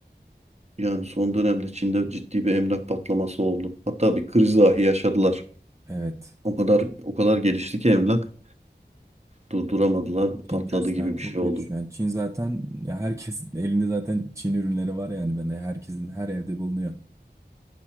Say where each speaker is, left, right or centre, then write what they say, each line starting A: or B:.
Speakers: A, on the right; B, on the right.
A: Yani son dönemde Çin'de ciddi bir emlak patlaması oldu. Hatta bir kriz dahi yaşadılar.
B: Evet.
A: O kadar o kadar gelişti ki emlak durduramadılar, patladı
B: Çin gerçekten
A: gibi
B: çok
A: bir şey
B: gelişiyor.
A: oldu.
B: Yani Çin zaten ya herkesin <laughs> elinde zaten Çin ürünleri var yani ben de herkesin her evde bulunuyor.